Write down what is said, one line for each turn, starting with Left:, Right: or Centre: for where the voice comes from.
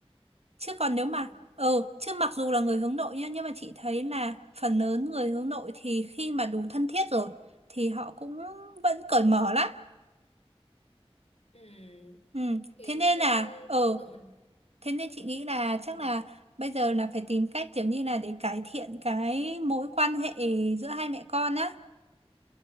Right: chứ còn nếu
Left: ừ.
Right: mà ờ chứ mặc dù là người hướng nội nhá nhưng mà chị thấy là phần lớn người hướng nội thì khi mà đủ thân thiết rồi thì họ cũng vẫn cởi mở lắm
Left: ừ
Right: ừ
Left: thì
Right: thế
Left: nhiều
Right: nên
Left: khi
Right: là ờ
Left: tự mình
Right: thế nên chị nghĩ là chắc
Left: ừ.
Right: là bây giờ là phải tìm cách kiểu như là để cải thiện cái mối quan hệ giữa hai mẹ con á